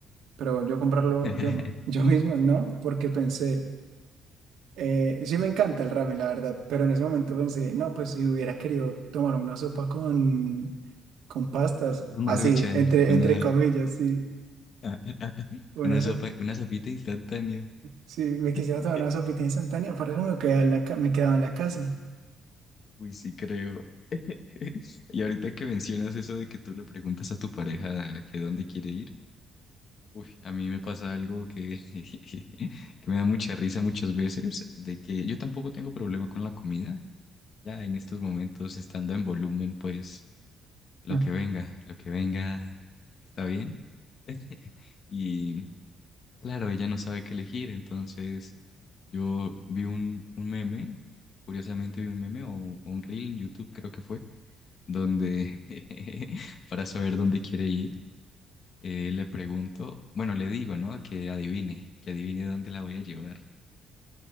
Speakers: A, on the right; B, on the left.
A: pero yo comprarlo
B: <laughs>
A: yo, <laughs> yo mismo no, porque pensé, eh, sí me encanta el ramen, la verdad, pero en ese momento pensé, no, pues si hubiera querido tomar una sopa con, con pastas,
B: Un
A: así,
B: Maruchan,
A: entre,
B: una,
A: entre comillas, sí,
B: <laughs>
A: una
B: Una
A: sopa,
B: sopa, una sopita instantánea.
A: si me quisiera
B: <laughs>
A: tomar una sopita instantánea, para eso me quedaba en la, ca- me quedaba en la casa.
B: Uy, sí creo. <laughs> Y ahorita que mencionas eso de que tú le preguntas a tu pareja que dónde quiere ir, uy, a mí me pasa algo que, <laughs> que me da mucha risa muchas veces, de que yo tampoco tengo problema con la comida. Ya en estos momentos, estando en volumen, pues lo
A: Mm.
B: que venga,
A: <laughs>
B: lo que venga está bien. <laughs> Y Claro, ella no sabe qué elegir, entonces yo vi un, un meme, curiosamente vi un meme o, o un reel en YouTube creo que fue, donde <laughs> para saber dónde quiere ir, eh, le pregunto, bueno, le digo, ¿no? Que adivine, que adivine dónde la voy a llevar.